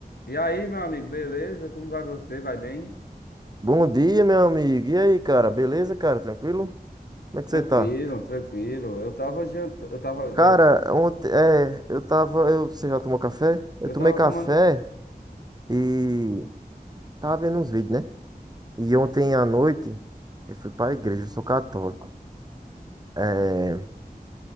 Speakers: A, on the left (about 85°); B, on the right (about 25°).
A: E aí, meu amigo, beleza? Como vai você? Vai bem?
B: Bom dia, meu amigo. E aí, cara? Beleza, cara? Tranquilo? Como é que
A: Tranquilo,
B: você tá?
A: tranquilo. Eu tava jantando, eu tava,
B: Cara,
A: opa, desculpa.
B: ontem, é, eu tava, eu, você já tomou café? Eu
A: eu
B: tomei
A: tava
B: café
A: tomando.
B: e tava vendo uns vídeos, né? E ontem à noite eu fui pra igreja, eu sou católico. É,